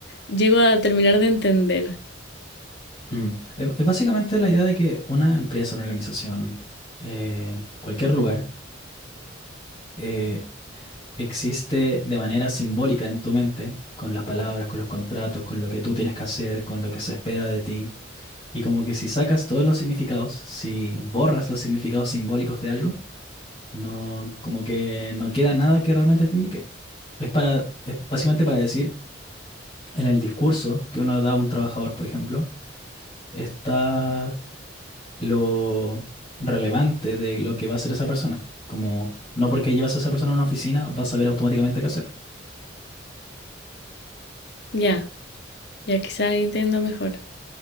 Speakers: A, on the left; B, on the left.
A: llego a terminar de entender.
B: Mm. Es, es básicamente la idea de que una empresa, una organización, eh, cualquier lugar, eh, existe de manera simbólica en tu mente, con las palabras, con los contratos, con lo que tú tienes que hacer, con lo que se espera de ti. Y como que si sacas todos los significados, si borras los significados simbólicos de algo, no, como que no queda nada que realmente te indique. Es para, es básicamente para decir, en el discurso que uno da a un trabajador, por ejemplo, está lo relevante de lo que va a hacer esa persona. Como no porque llevas a esa persona a una oficina, vas a saber automáticamente qué hacer.
A: Ya, yeah. ya quizás ahí entiendo mejor.